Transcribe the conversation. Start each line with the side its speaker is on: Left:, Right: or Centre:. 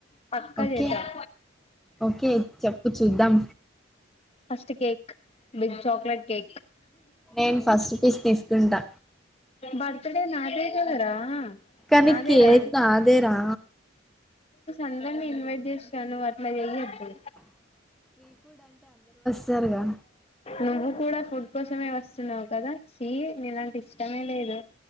Left: పక్క
Centre: ఓకే
Left: చెద్దం
Centre: ఓకే చెప్పు చూద్దాం
Left: first cake big chocolate cake
Centre: నేను ఫస్ట్ పీస్ తీసుకుంటా
Left: బర్త్ డే నాదే కదరా
Centre: కనీకి
Left: నాదేరా
Centre: ఏకినా ఆదేరా
Left: అందర్నీ ఇన్వైట్ చేసా నువ్వు అట్లా చేయదు
Centre: సరగా
Left: నువ్వు కూడా ఫుడ్ కోసమే వస్తున్నావు కదా చీ నీలాంటి ఇష్టమే లేదు